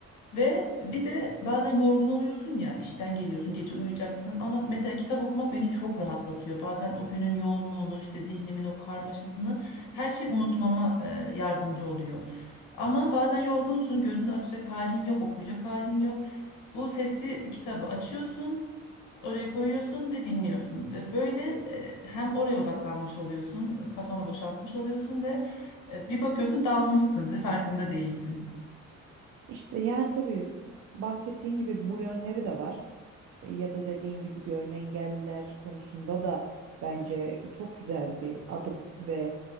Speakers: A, on the left; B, on the right.
A: Ve bir de bazen yorgun oluyorsun ya işten geliyorsun gece uyuyacaksın ama mesela kitap okumak beni çok rahatlatıyor. Bazen o günün yoğunluğunu işte zihnimin o karmaşasını her şeyi unutmama e, yardımcı oluyor. Ama bazen yorgunsun gözünü açacak halin yok okuyacak halin yok. Bu sesli kitabı açıyorsun oraya koyuyorsun ve dinliyorsun. Ve böyle e, hem oraya odaklanmış oluyorsun kafanı boşaltmış oluyorsun ve e, bir bakıyorsun dalmışsın da farkında değilsin.
B: İşte yani tabii bahsettiğin gibi bu yönleri de var. E, Ya da dediğin gibi görme engelliler konusunda da bence çok güzel bir adım ve